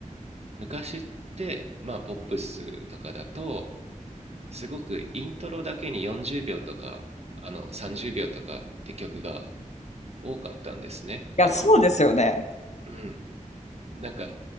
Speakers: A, on the right (about 50°); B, on the left (about 55°).
A: 昔って、まあポップスとかだと、すごくイントロだけに40秒とか、あの30秒とかって曲が多かったんですね。
B: や、
A: あの、
B: そうですよね。
A: うん、なんか